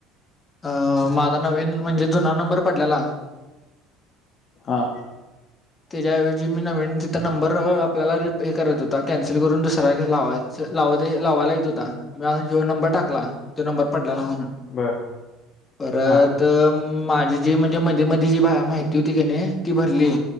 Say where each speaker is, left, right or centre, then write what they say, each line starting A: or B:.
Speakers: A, on the left (about 25°); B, on the left (about 40°).
A: अ माझा नवीन म्हणजे जुना नंबर पडलेला
B: हा.
A: <inaudible> त्याच्याऐवजी मी नवीन तिथं नंबर आपल्याला हे करत होता कॅन्सल करून दुसरा घे लावाय स लावत- लावायला येत होता मी असा जिओ नंबर टाक टाकला तो नंबर पडला ना म्हणून
B: बर
A: परत
B: हां
A: माझी जी म्हणजे मध्ये मध्ये जी माहिती होती कने ती भरली.